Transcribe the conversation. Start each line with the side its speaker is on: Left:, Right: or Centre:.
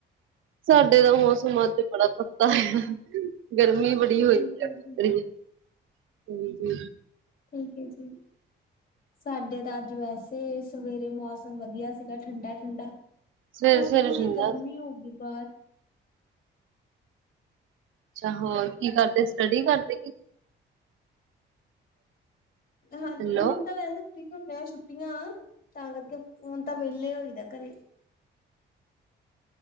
Right: ਸਾਡੇ ਤਾਂ ਮੌਸਮ ਅੱਜ ਬੜਾ ਤੱਤਾ ਹੈ। ਗਰਮੀ ਬੜੀ ਹੋਈ
Left: ਠੀਕ
Right: ਫਿਰਦੀ
Left: ਹੈ
Right: ਕੀ
Left: ਜੀ,
Right: ਕਰੀਏ ਹਾਂਜੀ।
Left: ਠੀਕ ਹੈ ਜੀ ਸਾਡੇ ਤਾਂ ਅੱਜ ਵੈਸੇ ਸਵੇਰੇ ਮੌਸਮ ਵਧੀਆ ਸੀਗਾ ਠੰਡਾ ਠੰਡਾ
Right: ਸਵੇਰੇ
Left: ਹੁਣ
Right: ਸਵੇਰੇ
Left: ਥੋੜ੍ਹੀ
Right: ਠੰਡਾ
Left: ਗਰਮੀ ਹੋ ਗਈ ਬਾਹਰ
Right: ਅੱਛਾ ਹੋਰ ਕੀ ਕਰਦੇ ਸਟੱਡੀ ਕਰਦੇ ਕੀ
Left: ਹਾਂਜੀ
Right: ਹੈਲੋ,
Left: ਹੁਣ ਤਾਂ ਵੈਸੇ ਫ੍ਰੀ ਹੁੰਦੇ ਆ ਛੁੱਟੀਆਂ ਤਾਂ ਕਰਕੇ ਹੁਣ ਤਾਂ ਵੇਹਲੇ ਹੋਈ ਦਾ ਘਰੇ